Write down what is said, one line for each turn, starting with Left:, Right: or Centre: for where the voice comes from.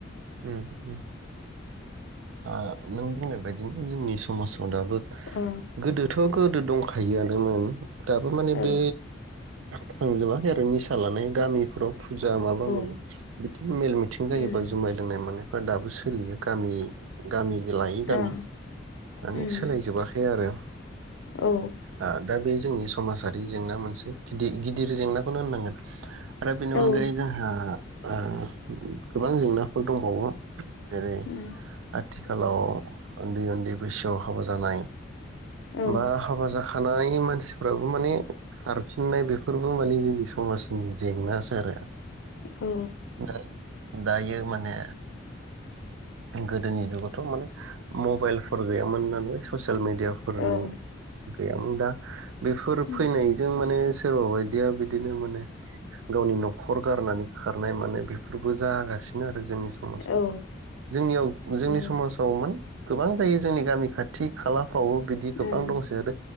Right: उम उम आ नों बुंनाय बेदिनो जोंनि समाजाव दाबो
Left: औ
Right: गोदोथ' गोदो दंखायोआनोमोन दाबो माने
Left: औ
Right: बे थांजोबाखै आरो निसा लानाय गामिफोराव फुजा माबा
Left: औ
Right: माबि बिदि मेल मिथिं जायोबा
Left: उम
Right: मानायफोरा दाबो सोलियो गामि गामि। लायै गामि
Left: औ
Right: माने
Left: उम
Right: सोलायजोबाखै आरो।
Left: औ
Right: ओ दा बे जोंनि समाजारि जेंना मोनसे गिद गिदिर जेंनाखौनो होननांगोन। आरो बेनि
Left: औ
Right: अनगायै जोंहा ओह गोबां जेंना फोर दंबावो जेरै ओ
Left: उम
Right: आथिखालाव उन्दै उन्दै बैसोआव हाबा जानाय
Left: औ
Right: बा हाबा जाख खानाय मानसिफ्राबो माने खारफिननाय बेफोरबो माने जोंनि समाजनि जेंनासो आरो
Left: औ
Right: दा दायो माने गोदोनि जुगावथ माने मबाइलफोर गैयामोन नालाय ससियेल मिडिया फोरनि
Left: औ
Right: गैयामोन दा बेफोर
Left: उम
Right: फैनायजों माने सो सोरबा बायदिया बिदिनो माने गावनि नखर गारनानै खारनाय मानाय बेफोरबो जागासिनो आरो आरो जोंनि समाजाव
Left: औ
Right: जोंनियाव जोंनि
Left: नंगौ
Right: समाजाव माने गोबां जायो जोंनि गामि खाथि खालाफ्राव बिदि गोबां
Left: उम
Right: दंसै आरो